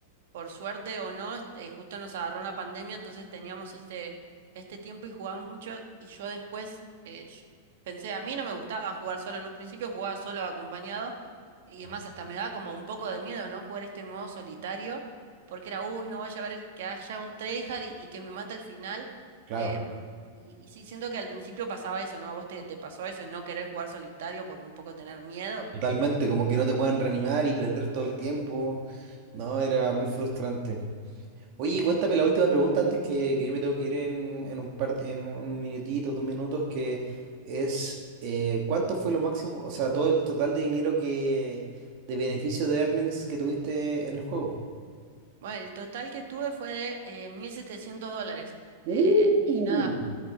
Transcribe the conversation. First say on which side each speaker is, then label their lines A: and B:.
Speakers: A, on the right; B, on the right.
A: por suerte o no, est- eh, justo nos agarró en la pandemia, entonces teníamos este, este tiempo y jugamos mucho. Y yo después eh, sh- pensé, a mí no me gustaba jugar solo en un principio, jugaba solo o acompañado. Y
B: Claro.
A: es más, hasta me daba como un poco de miedo, ¿no? Jugar este modo solitario, porque era, uy, no vaya a ver que haya un tryhard y, y que me mate al final.
B: Claro.
A: em, y, y sí, siento que al principio pasaba eso, ¿no? ¿A vos te, te pasó eso, no querer jugar solitario por un poco tener miedo?
B: Totalmente, como que no te pueden reanimar y perder todo el tiempo. No, era muy frustrante. Oye, cuéntame la última pregunta antes que, que yo me tengo que ir en, en un par, en un minutito, dos minutos, que es eh, ¿cuánto fue lo máximo? O sea, todo el total de dinero que, de beneficio de earnings que tuviste en el juego.
A: Bueno, el total que tuve fue de eh, 1.700 dólares.
B: Uh.
A: Eh, y nada,